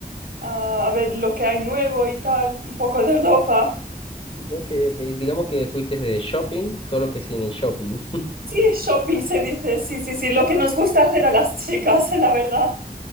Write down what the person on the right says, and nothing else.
a, a ver lo que hay nuevo y tal, un poco de ropa.
Sí, shopping se dice, sí, sí, sí, lo que nos gusta hacer a las chicas, <laughs> la verdad.